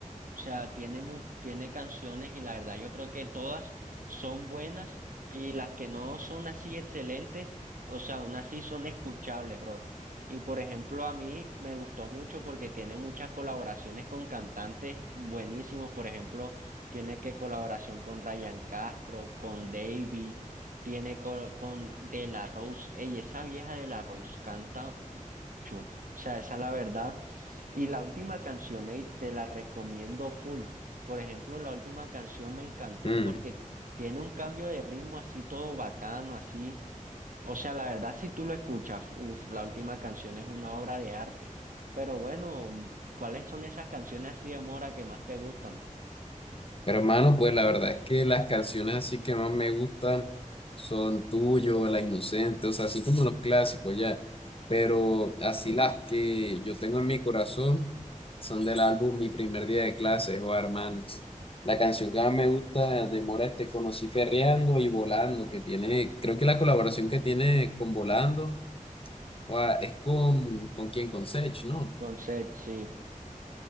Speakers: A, on the right; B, on the left.
A: O sea, tiene mu- tiene canciones y la verdad yo creo que todas son buenas y las que no son así excelentes, o sea, aún así son escuchables, bro. Y por ejemplo, a mí me gustó mucho porque tiene muchas colaboraciones con cantantes buenísimos. Por ejemplo, tiene que colaboración con Ryan Castro, con Davy, tiene co- con, De La Rose. Ey, esa vieja De La Rose canta Chu. O sea, esa es la verdad. Y la última canción, ey, te la recomiendo full. Por ejemplo, la última canción me encantó
B: Mm.
A: porque tiene un cambio de ritmo así todo bacano, así. O sea, la verdad, si tú lo escuchas, uf, la última canción es una obra de arte. Pero bueno, ¿cuáles son esas canciones así de Mora que más te gustan?
B: Hermano, pues la verdad es que las canciones así que más me gustan son Tuyo, La Inocente, o sea, así como los clásicos ya, pero así las que yo tengo en mi corazón son del álbum Mi Primer Día de Clases o hermanos. La canción que más me gusta de Mora Te Conocí Perreando y Volando, que tiene, creo que la colaboración que tiene con Volando, o es con, ¿con quién? Con Sech, ¿no?
A: Con Seth, sí.